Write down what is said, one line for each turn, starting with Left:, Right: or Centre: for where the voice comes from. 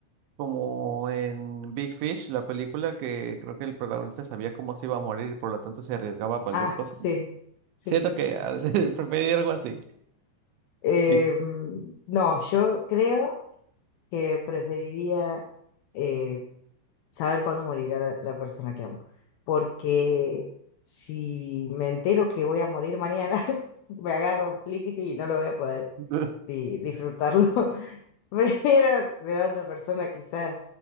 Right: como en Big Fish, la película que creo que el protagonista sabía cómo se iba a morir por lo tanto se arriesgaba a cualquier
Left: Ah,
Right: cosa.
Left: sí, sí.
Right: Siento que ah, <laughs> preferiría algo así.
Left: Eh,
Right: ¿Y
Left: mm, no, yo creo que preferiría eh, saber cuándo morirá la, la persona que amo, porque si me entero que voy a morir mañana, <laughs> me agarro un fliquiti y no lo voy a poder
Right: tú?
Left: di- disfrutarlo. <laughs> Prefiero de otra persona quizás,